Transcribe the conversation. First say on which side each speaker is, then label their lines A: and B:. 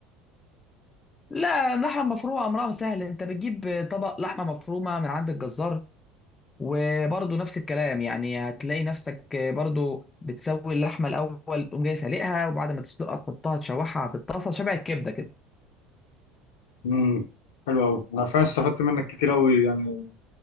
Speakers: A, on the left (about 25°); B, on the left (about 80°).
A: لا اللحمه المفرومه امرها سهل انت بتجيب طبق لحمه مفرومه من عند الجزار وبرضه نفس الكلام يعني هتلاقي نفسك برضه بتسوي اللحمه الاول تقوم جاي سالقها وبعد ما تسلقها تحطها تشوحها في الطاسه شبه الكبده كده
B: امم حلو قوي انا فعلا استفدت منك كتير قوي يعني